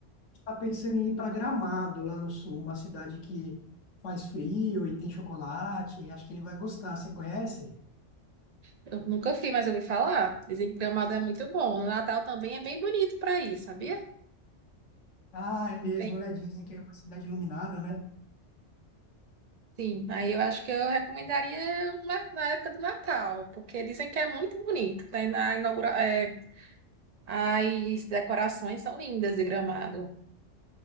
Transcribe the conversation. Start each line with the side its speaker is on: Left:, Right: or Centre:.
Left: Tá pensando em ir para Gramado, lá no sul, uma cidade que faz frio e tem chocolate. Acho que ele vai gostar. Você conhece?
Right: Eu nunca fui, mas eu ouvi falar. Dizem que Gramado é muito bom. No Natal também é bem bonito pra ir, sabia?
Left: Ah, é mesmo,
Right: Tem.
Left: né? Dizem que é uma cidade iluminada, né?
Right: Sim, aí eu acho que eu recomendaria na, na época do Natal, porque dizem que é muito bonito. Tem na inaugura, é, as decorações são lindas de Gramado.